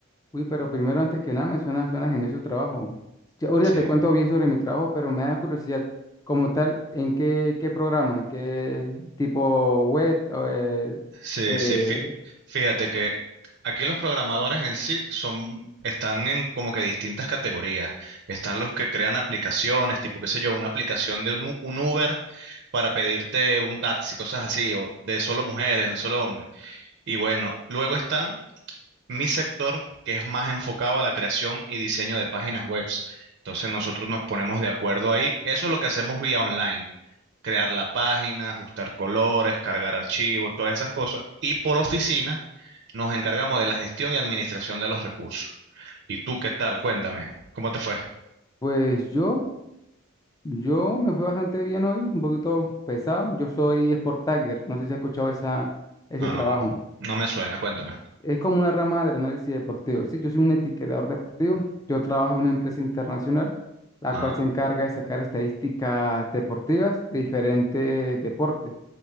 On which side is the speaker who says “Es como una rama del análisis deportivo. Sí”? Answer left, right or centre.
Left